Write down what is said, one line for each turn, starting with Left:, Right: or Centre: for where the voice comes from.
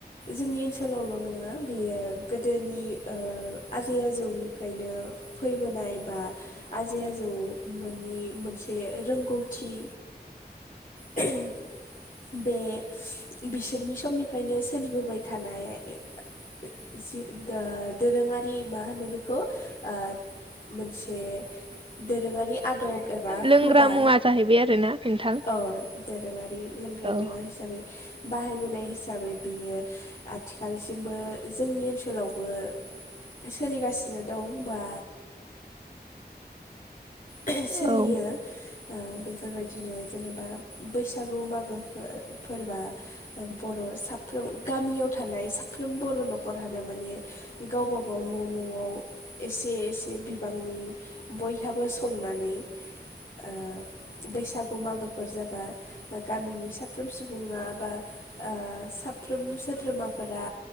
Left: जोंनि ओनसोलावल' नङा बेयो गोदोनि ओ आजै आजौनिफ्रायनो फैबोनाय बा आजै आजौमोननि मोनसे रोंगौथि <unintelligible> बे बिसोरनि समनिफ्रायनो सोलिबोबाय थानाय <unintelligible> जि दा दोरोङारि मा होनो बेखौ आ मोनसे दोरोङारि आदब एबा
Right: लोंग्रा
Left: हुदा
Right: मुवा जाहैबाय आरोना नोंथां
Left: अ दोरोङारि लोंग्रा
Right: औ
Left: मुवा हिसाबै बाहायबोनाय हिसाबै बियो आथिखालसिमबो जोंनि ओनसोलावबो सोलिगासिनो दं बा <unintelligible> सोलियो
Right: औ
Left: ओ बेफोरबायदिनो जेनेबा बैसागु मागो फो फोरबा बर' साफ्रोम गामियाव थानाय साफ्रोम बर' न'खरहानो माने गावबा गाव न' न'आव एसे एसे बिबांनि बयहाबो स संनानै ओ बैसागु मागोफोर जाबा गामिनि साफ्रोम सुबुङा बा ओ साफ्रोम सोद्रोमाफोरा